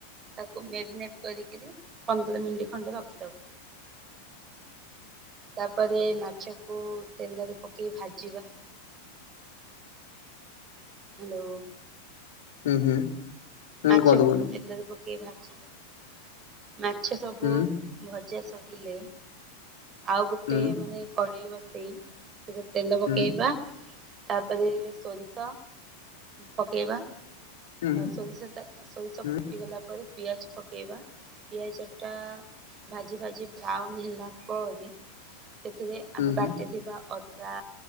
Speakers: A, on the right (about 25°); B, on the left (about 55°).
A: ତାକୁ ମ୍ୟାରିନେଟ କରିକିରି ପନ୍ଦର ମିନିଟ ଖଣ୍ଡେ ରଖିଦବା। ତାପରେ ମାଛକୁ ତେଲରେ ପକେଇ ଭାଜିବା। ହ୍ୟାଲୋ
B: ହୁଁ ହୁଁ ହୁଁ
A: ମାଛକୁ
B: କୁହନ୍ତୁ କୁହନ୍ତୁ
A: ତେଲରେ ପକେଇି ଭାଜିବା। ମାଛ ସବୁ
B: ହୁଁ
A: ଭଜା ସରିଲେ। ଆଉ ଗୋଟେ
B: ହୁଁ
A: ମାନେ କଡେଇ ବସେଇ ସେଥି ତେଲ ପକେଇବା।
B: ହୁଁ
A: ତାପରେ ସୋରିଷ ପକେଇବା।
B: ହୁଁ ହୁଁ
A: ସୋରିଷଟା ସୋରିଷ
B: ହୁଁ
A: ଫୁଟିଗଲା
B: ହୁଁ।
A: ପରେ ପିଆଜ ପକେଇବା ପିଆଜଟା? ଭାଜି ଭାଜି ବ୍ରାଉନ ହେଲା ପରେ ସେଥିରେ ଆମେ
B: ହୁଁ ହୁଁ
A: ବାଟିଥିବା ଅଦା,